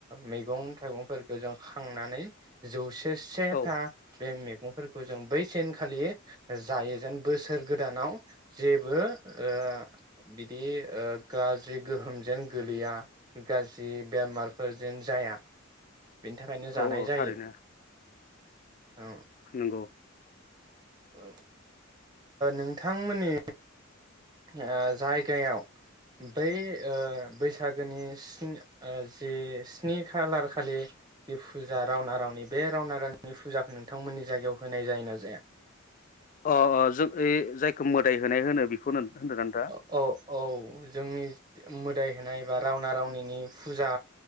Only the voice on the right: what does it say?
मैगं थाइगंफोरखौ जों खांनानै जौसे से
था बे मेग गंफोरखौ जों बै सेनखालि जायो जेन बोसोर गोदानाव जेबो ओ बिदि ओ गाज्रि गोहोमजों गोलैया गाज्रि बेमारफोरजों जाया। बेनि थाखायनो
जानाय
जायो
औ।
औ ओ नों। थांमोननि। ओ जायगायाव बै ओ बैसागोनि स्नि ओ जि स्नि खालार खालि जि फुजा रावना रावनि बे रावना रावनिनि फुजाखौ नोंथांमोननि जायगायाव होनाय जायो ना जाया।
<unintelligible> जोंनि मोदाय होनाय बा रावना रावनिनि फुजा